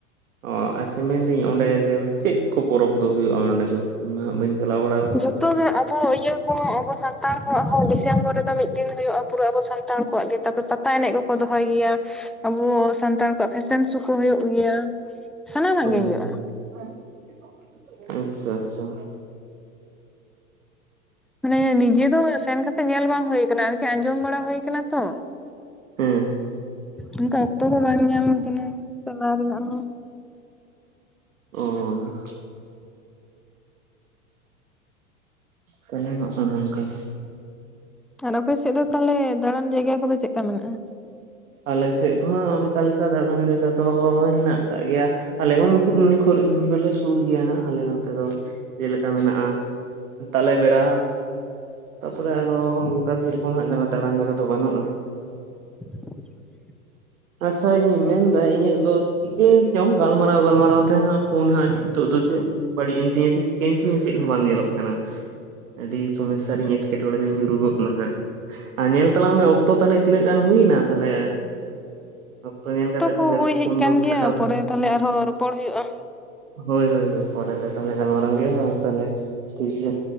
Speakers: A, on the right; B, in the centre.
A: ᱚ ᱟᱪᱪᱷᱟ ᱢᱮᱱᱫᱟᱹᱧ ᱚᱸᱰᱮ ᱡᱮ ᱪᱮᱫ ᱠᱚ ᱯᱚᱨᱚᱵᱽ ᱫᱚ ᱦᱩᱭᱩᱜᱼᱟ ᱚᱸᱰᱮ ᱫᱚ ᱚᱱᱟ ᱦᱟᱸᱜ ᱵᱟᱹᱧ ᱪᱟᱞᱟᱣ ᱵᱟᱲᱟ ᱟᱠᱟᱱᱟ
B: ᱡᱚᱛᱚ
A: ᱛᱚ
B: ᱜᱮ ᱟᱫᱚ ᱤᱭᱟᱹᱼᱼ ᱟᱵᱚ ᱥᱟᱱᱛᱟᱲ ᱠᱚᱣᱟᱜ ᱦᱚᱸ ᱰᱤᱥᱮᱢᱵᱚᱨ ᱨᱮᱫᱚ ᱢᱤᱫ ᱫᱤᱱ ᱦᱩᱭᱩᱜᱼᱟ ᱯᱩᱨᱟᱹ ᱟᱵᱚ ᱥᱟᱱᱛᱟᱲ ᱠᱚᱣᱟᱜ ᱜᱮ ᱛᱟᱯᱚᱨ ᱯᱟᱛᱟ ᱮᱱᱮᱡ ᱠᱚ ᱠᱚ ᱫᱚᱦᱚᱭ ᱜᱮᱭᱟ ᱟᱵᱚ ᱥᱟᱱᱛᱟᱲ ᱠᱚᱣᱟᱜ ᱯᱷᱮᱥᱮᱱ ᱥᱳ ᱠᱚ ᱦᱩᱭᱩᱜ ᱜᱮᱭᱟ ᱥᱟᱱᱟᱢᱟᱜ
A: <unintelligible>
B: ᱜᱮ ᱦᱩᱭᱩᱜᱼᱟ
A: ᱟᱪᱪᱷᱟ ᱟᱪᱪᱷᱟ
B: ᱢᱟᱱᱮ ᱱᱤᱡᱮ ᱫᱚ ᱥᱮᱱ ᱠᱟᱛᱮᱫ ᱧᱮᱞ ᱵᱟᱝ ᱦᱩᱭ ᱟᱠᱟᱱᱟ ᱟᱨᱠᱤ ᱟᱸᱡᱚᱢ ᱵᱟᱲᱟ ᱦᱩᱭ ᱟᱠᱟᱱᱟ ᱛᱚ
A: ᱦᱮᱸ
B: ᱚᱱᱠᱟ ᱚᱠᱛᱚ ᱫᱚ ᱵᱟᱝ ᱧᱟᱢ ᱦᱩᱭ ᱟᱠᱟᱱᱟ ᱪᱟᱞᱟᱣ ᱨᱮᱱᱟᱜ ᱦᱚᱸᱼᱼ
A: ᱚᱻ ᱛᱟᱦᱚᱞᱮ ᱱᱚᱜᱼᱚ ᱱᱚᱝᱠᱟ
B: ᱟᱨ ᱟᱯᱮ ᱥᱮᱫ ᱫᱚ ᱛᱟᱦᱚᱞᱮ ᱫᱟᱬᱟᱱ ᱡᱟᱭᱜᱟ ᱠᱚᱫᱚ ᱪᱮᱫ ᱞᱮᱠᱟ ᱢᱮᱱᱟᱜᱼᱟ
A: ᱟᱞᱮᱥᱮᱫ ᱫᱚ ᱚᱱᱠᱟ ᱞᱮᱠᱟ ᱫᱟᱬᱟᱱ ᱡᱟᱭᱜᱟ ᱫᱚ ᱦᱮᱱᱟᱜ ᱟᱠᱟᱫ ᱜᱮᱭᱟ ᱟᱞᱮ ᱦᱚᱸ ᱢᱩᱠᱩᱴᱢᱩᱱᱤ ᱠᱷᱚᱱ ᱫᱚᱞᱮ ᱥᱩᱨ ᱜᱮᱭᱟ ᱟᱞᱮ ᱱᱚᱛᱮ ᱫᱚ ᱡᱮᱞᱮᱠᱟ ᱢᱮᱱᱟᱜᱼᱟ ᱛᱟᱞᱮ ᱵᱮᱲᱟ ᱛᱟᱯᱚᱨᱮ ᱟᱨᱚ ᱚᱱᱠᱟ ᱥᱮᱨᱚᱠᱚᱢ ᱫᱟᱬᱟᱱ ᱡᱟᱭᱜᱟ ᱫᱚ ᱵᱟᱹᱱᱩᱜᱼᱟ
B: <inaudible>
A: ᱟᱪᱪᱷᱟ ᱤᱧᱤᱧ ᱢᱮᱱ ᱫᱟ ᱤᱧᱟᱹᱜ ᱫᱚ ᱪᱤᱠᱟᱹᱭᱳᱱ ᱪᱚᱝ ᱜᱟᱞᱢᱟᱨᱟᱣ ᱜᱟᱞᱢᱟᱨᱟᱣ ᱛᱮ ᱦᱟᱸᱜ ᱯᱷᱳᱱ ᱦᱟᱸᱜ ᱱᱤᱛᱚᱜ ᱫᱚ ᱪᱮᱫ ᱵᱟᱹᱲᱤᱡ ᱮᱱ ᱛᱤᱧᱟᱹ ᱥᱮ ᱪᱤᱠᱟᱹᱭᱮᱱ ᱛᱤᱧᱟᱹ ᱪᱮᱫ ᱦᱚᱸ ᱵᱟᱝ ᱧᱮᱞᱚᱜ ᱠᱟᱱᱟ ᱟᱹᱰᱤ ᱥᱚᱢᱚᱥᱥᱟ ᱨᱤᱧ ᱮᱸᱴᱠᱮᱴᱚᱬᱮ ᱨᱤᱧ ᱧᱩᱨᱩᱜᱚᱫ ᱱᱟ ᱦᱟᱸᱜ ᱟᱨ ᱧᱮᱞ ᱛᱟᱞᱟᱝ ᱢᱮ ᱚᱠᱛᱚ ᱛᱟᱦᱚᱞᱮ ᱛᱤᱱᱟᱹᱜ ᱜᱟᱱ ᱦᱩᱭ ᱮᱱᱟ ᱛᱟᱦᱚᱞᱮ ᱚᱠᱛᱚ ᱧᱮᱞ ᱠᱟᱛᱮᱫ
B: ᱠᱚ
A: ᱛᱟᱦᱞᱮ
B: ᱦᱩᱭ ᱦᱮᱡ
A: ᱯᱷᱳᱱ
B: ᱠᱟᱱ
A: ᱫᱚ
B: ᱜᱮᱭᱟ
A: ᱠᱟᱴᱟᱣ ᱫᱟ
B: ᱯᱚᱨᱮ ᱛᱟᱦᱚᱞᱮ ᱟᱨᱦᱚᱸ ᱨᱚᱯᱚᱲ ᱦᱩᱭᱩᱜᱼᱟ᱾
A: ᱦᱳᱭ ᱦᱳᱭ ᱦᱳᱭ ᱯᱚᱨᱮᱛᱮ ᱛᱟᱦᱚᱞᱮ ᱜᱟᱞᱢᱟᱨᱟᱣ ᱦᱩᱭᱩᱜᱼᱟ ᱦᱮ ᱛᱟᱦᱚᱞᱮ ᱴᱷᱤᱠ ᱜᱮᱭᱟ